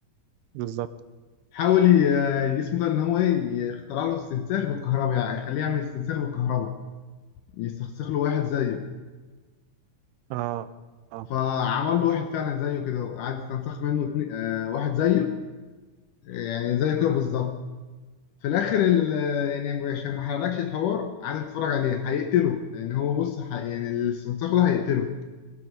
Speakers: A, on the right (about 85°); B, on the left (about 75°).
A: بالظبط
B: حاول ي- اسمه ده ان هو ايه يخترع له استنساخ بالكهرباء يعني يخليه يعمل استنساخ بالكهرباء يستنسخ له واحد زيه
A: اه اه
B: فعمل له واحد فعلا زيه كده وقعد يستنسخ منه اتنين آه واحد زيه يعني زيه كده بالظبط في الاخر ال- يعني عشان ما حرقلكش الحوار قعد يتفرج عليه هيقتله لان هو بص ح- يعني الاستنساخ ده هيقتله